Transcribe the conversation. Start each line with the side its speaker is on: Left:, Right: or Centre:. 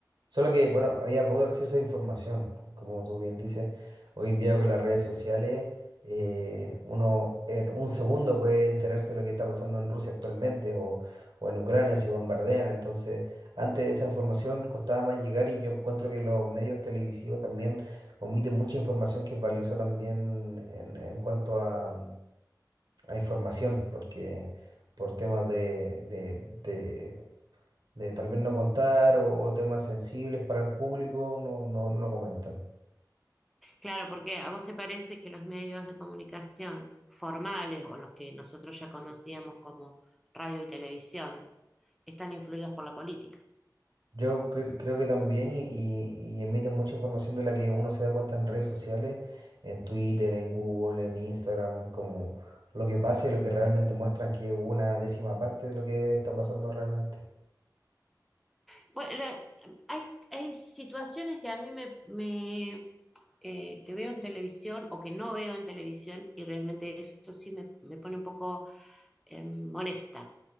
Right: Solo que, bueno, había poco acceso a información, como tú bien dices. Hoy en día con las redes sociales, eh, uno en un segundo puede enterarse de lo que está pasando en Rusia actualmente o, o en Ucrania si bombardean. Entonces, antes esa información costaba más llegar y yo encuentro que los medios televisivos también omiten mucha información que es valiosa también en, en cuanto a, a información, porque por temas de, de, de de tal vez no contar o, o temas sensibles para el público, no, no, no lo comentan.
Centre: Claro, porque a vos te parece que los medios de comunicación formales o los que nosotros ya conocíamos como radio y televisión están influidos por la política.
Right: Yo cre- creo que también y, y- y emiten mucha información de la que uno se da cuenta en redes sociales, en Twitter, en Google, en Instagram, como lo que pasa y lo que realmente muestran que es una décima parte de lo que está pasando realmente.
Centre: Bueno, la- hay, hay situaciones que a mí me, me, eh, que veo en televisión o que no veo en televisión y realmente eso sí me, me pone un poco eh, molesta.